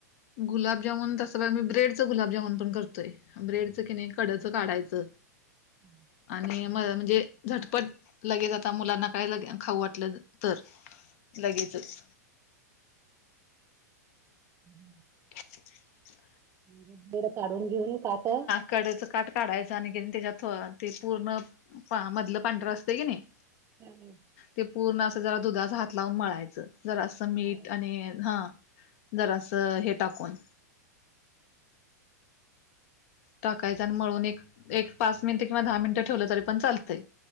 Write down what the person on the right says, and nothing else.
हा
<inaudible>
आणि काय बेड काढून घेऊन काट
हम् हम
मळायचं